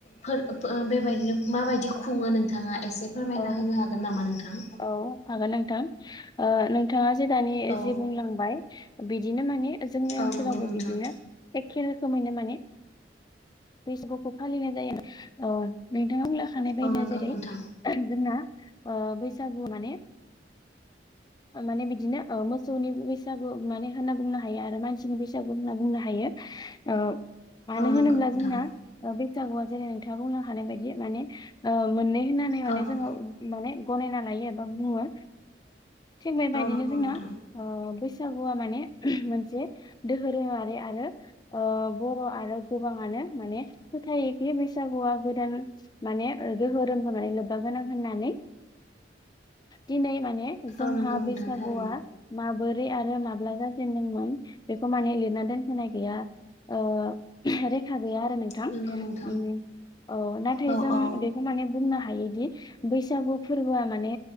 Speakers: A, on the left; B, on the left.
A: फोरबो ओ बेबायदिनो माबायदि खुङो नोंथाङा? एसे फोरमायना
B: औ
A: होनो हागोन नामा नोंथां?
B: औ हागोन नोंथां ओ, नोंथाङा जे दानि
A: औ
B: जे बुंलांबाय बिदिनो माने, जोंनि ओनसोलावबो
A: औ नंगौ नोंथां
B: बिदिनो बे खेलखो माने बैसागुखौ फालिनाय जायो नोंथाङा बुंलाखानाय बायदिया
A: औ नंगौ
B: जेरै
A: नोंथां
B: जोंना, ओ बैसागु माने, माने बिदिनो ओ मोसौनि बैसागु माने होनना बुंनो हायो आरो मानसिनि बैसागु होनना बुंनो हायो। आ मानो
A: औ
B: होनोब्ला
A: नंगौ नोंथां
B: जोंना बैसागुआ जेरै नोंथाङा बुंनो हानाय बायदि माने ओ मोननै होननानै माने
A: औ नंगौ
B: जोङो माने गनायना लायो एबा बुङो। थिग बेबायदिनो
A: औ नंगौ
B: जोंना
A: नोंथां।
B: ओ बैसागुआ माने मोनसे दोरोमारि आरो बर आरो गोबाङानो माने फोथा योदि बैसागुआ गोदान माने रोहोरोम होनानै लोब्बा गोनां होननानै दिनै माने जोंहा
A: औ नंगौ नोंथां
B: बैसागुआ
A: थारैनो
B: माबोरै रै आरो माब्ला जाजेनदोंमोन बेखौ माने लिरना दोनहोनाय गैया ओ रेखान गैया आरो नोंथां
A: नंगौ नोंथां।
B: उम अ नाथाय
A: औ
B: जों
A: औ।
B: बेखै माने बुंनो हा दि बैसागु फोरबो माने